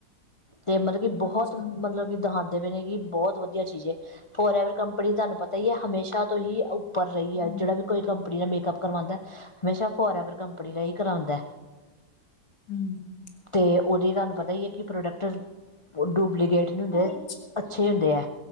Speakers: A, on the left (about 55°); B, on the left (about 70°).
A: ਤੇ ਮਲਬ ਕੀ ਬਹੋਤ
B: ਅੱਛਾ
A: ਮਲਬ ਕੀ ਦਹਾਂਤ ਤੇ ਮਿਲੇਗੀ ਬਹੋਤ ਵਧੀਆ ਚੀਜ਼ ਹੈ ਫੋਰ ਐਵਰ ਕੰਪਨੀ ਧਾਨੂੰ ਪਤਾ ਈ ਐ ਹਮੇਸ਼ਾ ਤੋਂ ਈ ਉਪਰ ਰਈ
B: ਹਮ
A: ਆ ਜੇੜਾ ਵੀ ਕੋਈ ਕੰਪਨੀ ਨਾਲ ਮੇਕਅਪ ਕਰਵਾਦਾ ਹਮੇਸ਼ਾ ਫੋਰਐਵਰ ਕੰਪਨੀ ਦਾ ਈ ਕਰਵਾਦਾ।
B: ਹਮ
A: ਤੇ ਓਦੇ ਧਾਨੂੰ ਪਤਾ ਈ ਆ ਕਿ ਪ੍ਰੋਡਕਟ, ਡੁਪਲੀਗੇਟ ਨੀ ਹੁੰਦੇ
B: ਹਾਂਜੀ
A: ਅੱਛੇ ਹੁੰਦੇ ਆ